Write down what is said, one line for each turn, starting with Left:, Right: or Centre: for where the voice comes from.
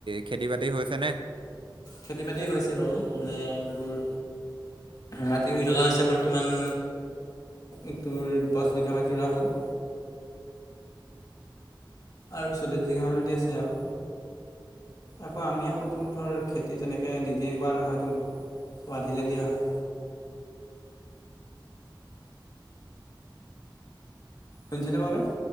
Right: খেতি-বাতি হৈছে নে?
Left: খেতি-বাতি হৈছে বাৰু মানে তোৰ মাটিৰ ৰুই থকা হৈছে বৰ্তমান। একটোৰ দশ বিঘা মাটি ৰোৱা হ'ল। আৰু চল্লিছ বিঘামান‌ মাটি আছে আৰু। আকৌ আমি আকৌ তোৰ ধৰ খেতি তেনেকৈ নিজেই কৰা নহয়তো। ৱাধিলে দিয়া হয়। সোনচনে বাৰু তই?